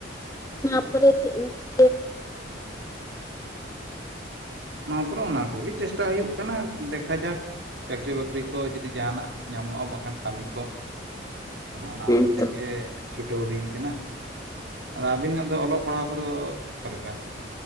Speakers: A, on the left; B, on the right.
A: ᱚᱱᱟᱯᱚᱨᱮ <unintelligible>
B: ᱱᱚᱣᱟ ᱯᱚᱨᱮ ᱚᱱᱟ ᱠᱚᱜᱮ ᱪᱮᱥᱴᱟ ᱦᱩᱭᱩᱜ ᱠᱟᱱᱟ ᱫᱮᱠᱷᱟ ᱡᱟᱠ ᱪᱟᱹᱠᱨᱤ ᱵᱟᱹᱠᱨᱤ ᱠᱚ ᱡᱩᱫᱤ ᱡᱟᱦᱟᱱᱟᱜ ᱧᱟᱢᱚᱜᱼᱟ ᱵᱟᱝᱠᱷᱟᱱ ᱠᱟᱹᱢᱤ ᱠᱚ ᱚᱱᱟ
A: ᱦᱮᱸᱛᱚ
B: ᱠᱷᱟᱹᱛᱤᱨ ᱜᱮ ᱪᱷᱩᱴᱟᱹᱣ ᱦᱩᱭ ᱟᱠᱟᱱᱟ ᱟᱫᱚ ᱟᱹᱵᱤᱱᱟᱜ ᱫᱚ ᱚᱞᱚᱜ ᱯᱟᱲᱦᱟᱣ ᱠᱚᱫᱚ ᱚᱠᱟᱞᱮᱠᱟ